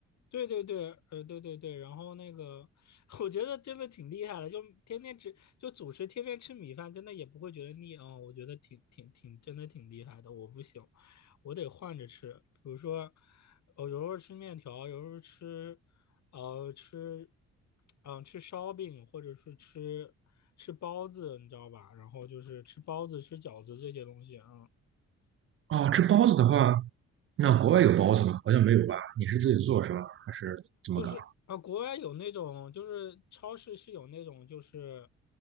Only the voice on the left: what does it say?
对对对，呃，对对对，然后那个，<laughs> 我觉得真的挺厉害的，就天天吃，就主食天天吃米饭，真的也不会觉得腻啊、我觉得挺挺挺，真的挺厉害的。我不行，我得换着吃，比如说，我有时候吃面条，有时候吃，呃，吃，嗯、吃烧饼，或者是吃吃包子，你知道吧？然后就是吃包子、吃饺子这些东西啊、嗯
就是啊，国外有那种，就是超市是有那种，就是